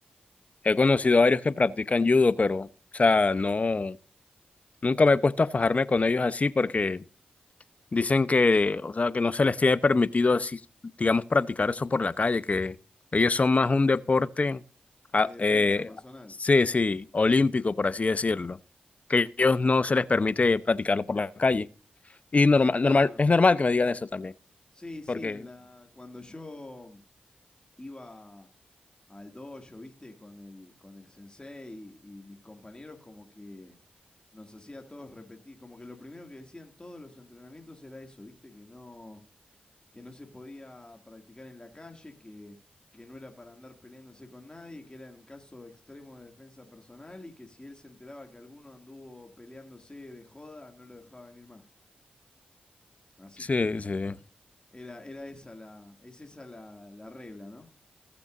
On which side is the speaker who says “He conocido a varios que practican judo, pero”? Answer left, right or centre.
Left